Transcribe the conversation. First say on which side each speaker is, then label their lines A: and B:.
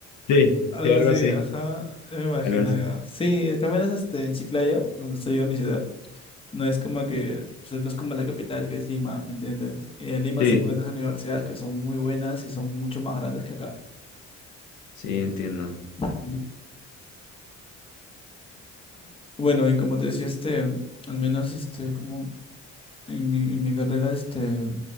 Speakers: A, on the left; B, on the left.
A: Sí,
B: algo
A: sí, algo
B: así,
A: así,
B: ajá, yo me imagino,
A: algo así.
B: ya. Sí, es que al menos este, en Chiclayo, donde estoy yo, mi ciudad, no es como que, pues, no es como la capital, que es Lima, ¿me entiendes? Y en Lima
A: Sí,
B: se encuentras universidades que son muy buenas y son mucho más grandes que acá.
A: sí, entiendo.
B: Mm. Bueno, y como te decía, este, al menos, este, como En mi, en mi carrera, este, eso